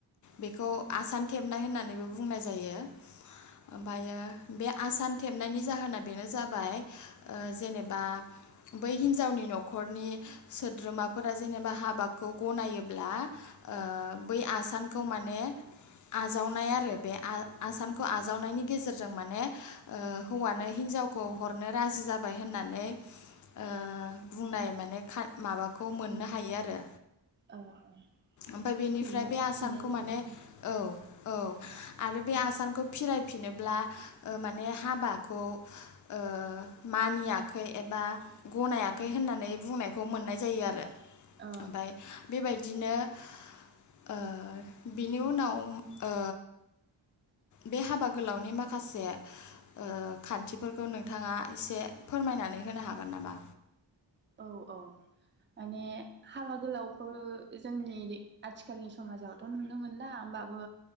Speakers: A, on the left (about 40°); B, on the right (about 25°).
A: बेखौ आसान थेबनाय होननानैबो बुंनाय जायो। ओमफ्रायो बे आसान थेबनायनि जाहोना बेनो जाबाय ओ जेनेबा बै हिन्जावनि न'खरनि सोद्रोमाफोरा जेनेबा हाबाखौ गनायोब्ला ओ बै आसानखौ माने आजावनाय आरो बे आ आसानखौ आजावनायनि गेजेरज जों माने ओ हौवानो हिनजावखौ हरनो राजि जाबाय होननानै ओ बुंनाय माने खा माबाखौ मोननो हायो आरो
B: ओ ओ
A: ओमफ्राय बेनिफ्राय
B: फिननाय
A: बे आसानखौ
B: फिननाय जाहैबाय
A: माने औ औ
B: उम
A: आरो आसानखौ फिरायफिनोब्ला ओ माने हाबाखौ ओ मानियाखै एबा गनायाखै
B: उम
A: होननानै बुंनायखौ मोननाय जायो आरो।
B: ओ
A: ओमफाय बेबायदि बिदिनो ओ बिनि उनाव ओ बे हाबा गोलावनि माखासे ओ खान्थिफोरखौ नोंथाङा एसे फोरमायनानै होनो हागोन नामा?
B: औ औ माने हाबा गोलावखौ जोंनि आथिखालनि समाजावथ नुनो मोनला होमबाबो